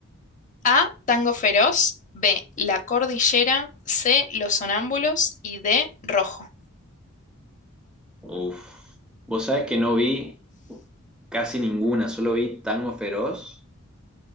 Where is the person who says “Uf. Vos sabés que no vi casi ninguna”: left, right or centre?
Centre